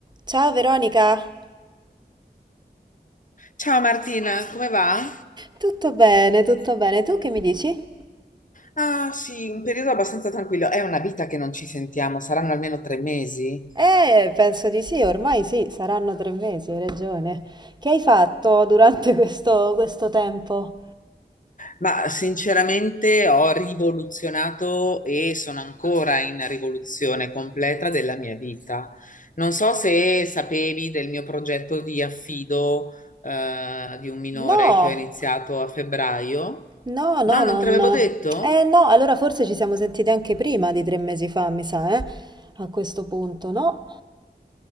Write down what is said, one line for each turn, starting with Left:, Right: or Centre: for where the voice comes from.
Right: Ciao Veronica,
Left: Ciao Martina, come va?
Right: tutto bene, tutto bene. Tu che mi dici?
Left: Ah sì, un periodo abbastanza tranquillo. È una vita che non ci sentiamo, saranno almeno tre mesi,
Right: Eh, penso di sì, ormai sì, saranno tre mesi, hai ragione. Che hai fatto durante questo, questo tempo?
Left: ma sinceramente ho rivoluzionato e sono ancora in rivoluzione completa della mia vita. Non so se sapevi del mio progetto di affido, eh, di un minore
Right: No,
Left: che ho iniziato a febbraio.
Right: no, no,
Left: No, non
Right: non...
Left: te l'avevo detto?
Right: Eh no, allora forse ci siamo sentite anche prima di tre mesi fa, mi sa, eh? A questo punto, no?